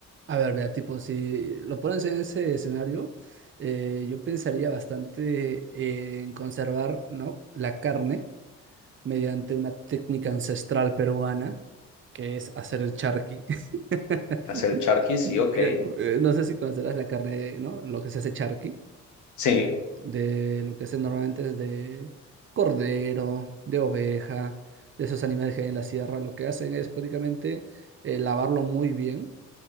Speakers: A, on the right; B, on the left.
A: A ver, vea, tipo, si lo pones en ese escenario, eh, yo pensaría bastante en conservar, ¿no? La carne mediante una técnica ancestral peruana, que es hacer el charqui. <laughs>
B: ¿Hacer el charqui? Sí, ok.
A: que, eh, no sé si conocerás la carne, ¿no? Lo que se hace charqui,
B: Sí,
A: de lo que se normalmente es de cordero, de oveja, de esos animales que hay en la sierra. Lo que hacen es prácticamente eh, lavarlo muy bien